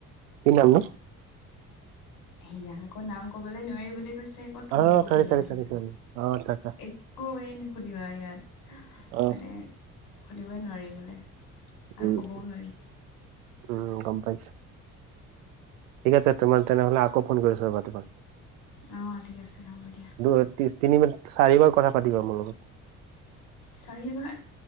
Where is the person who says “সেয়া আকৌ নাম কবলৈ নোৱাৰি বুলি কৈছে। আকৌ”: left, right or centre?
Left